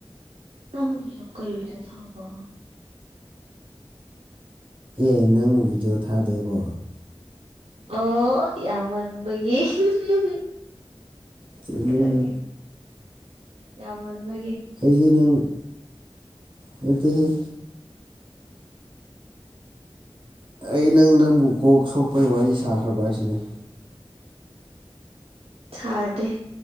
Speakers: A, on the right (about 85°); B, on the right (about 55°).
A: <unintelligible> ꯀꯩ ꯕꯤꯗ꯭ꯌꯣ ꯊꯥꯕ꯫
B: ꯑꯦ ꯅꯪ ꯕꯤꯗ꯭ꯌꯣ ꯊꯥꯗꯦꯀꯣ꯫
A: ꯑꯣ ꯌꯥꯝꯃꯟꯕꯒꯤ ꯍꯨꯝ ꯍꯨꯝ ꯍꯨꯝ
B: ꯆꯠꯂꯣꯍꯦ
A: ꯈꯪꯉꯦ ꯌꯥꯃꯟꯕꯩ꯫
B: ꯑꯩꯖꯦ ꯅꯪ ꯃꯩꯇꯩ ꯑꯩ ꯅꯪ ꯅꯪꯕꯨ ꯀꯣꯛ ꯁꯣꯛꯄꯩ ꯋꯥꯔꯤ ꯁꯥꯈ꯭ꯔꯕ꯭ꯔꯥ ꯍꯥꯏꯁꯤꯅꯦ꯫
A: ꯁꯥꯗꯦ